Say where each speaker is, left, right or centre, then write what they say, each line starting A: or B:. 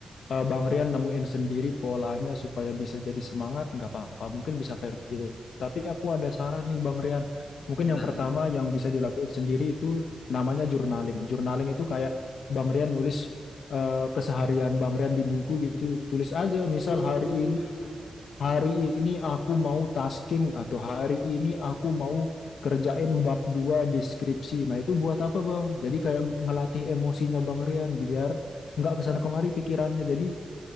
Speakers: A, on the left; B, on the left.
A: eh, Bang Rian nemuin sendiri polanya supaya bisa jadi semangat, nggak apa-apa. Mungkin bisa kayak gitu. Tapi aku ada saran nih Bang Rian.
B: Aku
A: Mungkin
B: tuh bilang,
A: yang pertama yang bisa dilakukan sendiri itu namanya journaling. Journaling itu kayak Bang Rian nulis eh, keseharian Bang Rian di buku gitu. Tulis aja, misal
B: "Hmm,
A: hari ini, hari ini aku mau tasking atau hari ini aku mau kerjain bab 2 deskripsi. Nah itu buat apa Bang? Jadi kayak ngelatih emosinya Bang Rian biar nggak kesana kemari pikirannya. Jadi